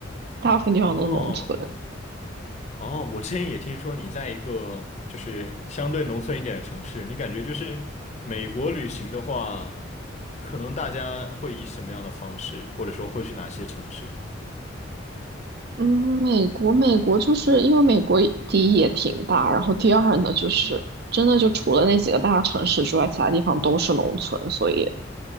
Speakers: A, on the right; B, on the left.
A: 大部分地方都是农村。
B: 哦哦，我之前也听说你在一个就是相对农村一点的城市，你感觉就是美国旅行的话，可能大家会以什么样的方式，或者说会去哪些城市？
A: 嗯，美国，美国就是因为美国第一也挺大，然后第二呢，就是真的就除了那几个大城市之外，其他地方都是农村，所以